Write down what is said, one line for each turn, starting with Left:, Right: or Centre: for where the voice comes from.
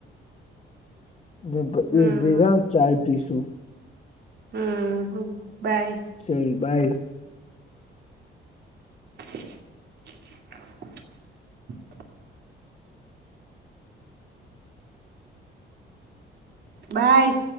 Left: એ
Right: હમ
Left: એક ભેજા ચાય પીસું
Right: હમ હ બાય
Left: ચલ બાય
Right: <unintelligible> બાય